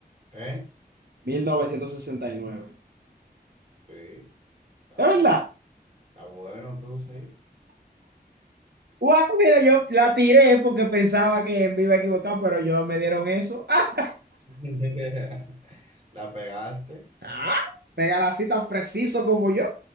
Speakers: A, on the right (about 40°); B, on the right (about 75°).
A: ¿Eh?
B: mil novecientos sesenta y nueve
A: Sí, está
B: ¿Es
A: bien.
B: verdad?
A: Está bueno, tú sí.
B: ¡Wow! Mira, yo la tiré porque pensaba que me iba a equivocar, pero yo me dieron eso. ¡Ah!
A: <laughs> ¿La pegaste?
B: ah, Pégala así tan preciso como yo.